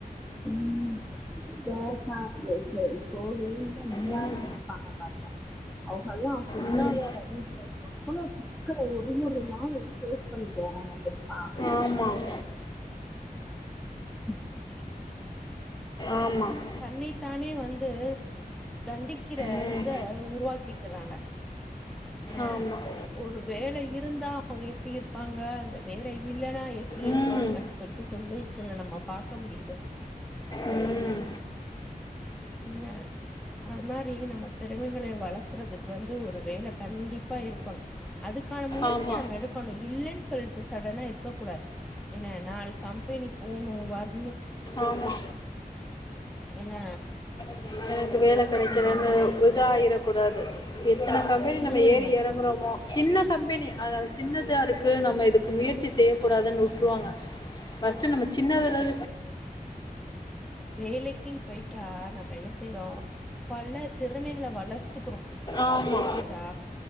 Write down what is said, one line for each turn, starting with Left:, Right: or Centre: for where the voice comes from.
Centre: உம் இப்போ அஹ வேலை இல்லாம
Left: ம்
Centre: இருப்பாங்க அவர்கள் எல்லாம் பொருளாதார
Left: ம்
Centre: ரீதியாக எவ்வளவு சிக்கல ஒரு ஒரு நாளும் பேஸ் பண்ணுவாங்க தெரியுமா
Left: ஆமாம்
Centre: <unintelligible>
Left: ஆமாம்
Centre: தன்னைத்தானே வந்து தண்டிக்கிற
Left: ம்
Centre: இத உருவாக்கிக்கிறாங்க என
Left: ஆமாம்
Centre: ஒரு வேலை இருந்தா அவுங்க எப்டி இருப்பாங்க அந்த வேலை இல்லைன்னா எப்டி
Left: ம்
Centre: இருப்பாங்கன்னு சொல்லிட்டு சொல்ல நம்ம பாக் க்க முடியுது
Left: உஹம்
Centre: என்ன அது மாரி நம்ம திறமைகள வளர்க்குறதுக்கு வந்து ஒரு வேல கண்டிப்பா இருக்கணு அதுக்கான முயற்சி
Left: ஆமாம்
Centre: நம்ம எடுக்கணு இல்லனு சொல்டு சடனா இருக்க கூடாது என்ன நாளு கம்பெனி போணும் வர்
Left: ஆமா
Centre: ஏன்னா
Left: <unintelligible> வேல கெடைக்கலனு
Centre: அந்த மாரி
Left: ருதாயிரக் கூடாது இது இத்தன கம்பெனி நம்ம
Centre: ம்
Left: ஏறி இறங்குறோமோ சின்ன கம்பெனி அதாவ சின்னதாக இருக்குது நம்ம இதுக்கு முயற்சி செய்யக்கூடாதுன்னு விட்ருவாங்க பஸ் ச்சு நம்ம சின்னது த
Centre: வேலைக்குனு போய்ட்டா நம்ம என்ன செய்றோம் பல திறமைகள வளர்த்துக்குறோம்
Left: ஆமா
Centre: புரிதா